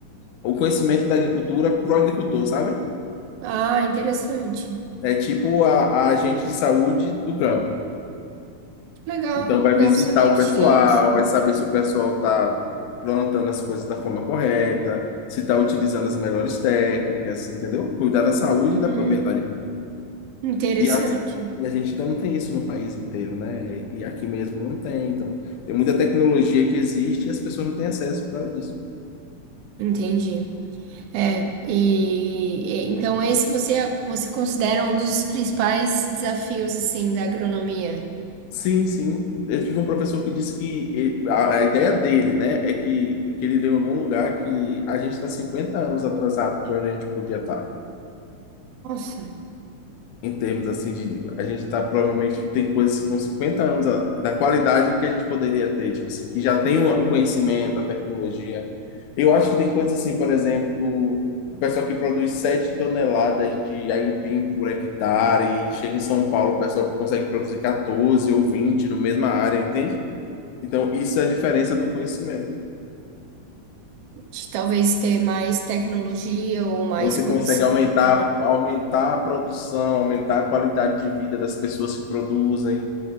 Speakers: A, on the left; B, on the right.
A: o conhecimento da agricultura para o agricultor, sabe?
B: Ah, interessante.
A: É tipo a, a agente de saúde do campo.
B: Legal.
A: Então vai
B: Não
A: visitar
B: sabia
A: o
B: que
A: pessoal,
B: tinha isso.
A: vai saber se o pessoal está plantando as coisas da forma correta, se está utilizando as melhores técnicas, entendeu? Cuidar da saúde e da
B: Hum,
A: propriedade.
B: interessante.
A: E a, e a gente ainda não tem isso no país inteiro, né? E aqui mesmo não tem. Então, tem muita tecnologia que existe e as pessoas não têm acesso por causa disso.
B: Entendi. É, e e- então esse você é, você considera um dos principais desafios assim da agronomia?
A: Sim, sim. Eu tive um professor que disse que ele- a, a ideia dele, né, é que, que ele deu algum lugar que a gente está 50 anos atrasado de onde a gente podia estar.
B: Nossa,
A: em termos assim de a gente tá provavelmente tem coisas que estão 50 anos a- da qualidade que a gente poderia ter, tipo assim, que já tem o o conhecimento, a tecnologia. Eu acho que tem coisas assim, por exemplo, o pessoal que produz 7 toneladas de aipim por hectare e chega em São Paulo, o pessoal consegue produzir 14 ou 20 na mesma área, entende? Então, isso é a diferença do conhecimento.
B: de talvez ter mais tecnologia ou mais
A: Você
B: conhecimento.
A: consegue aumentar, aumentar a produção, aumentar a qualidade de vida das pessoas que produzem.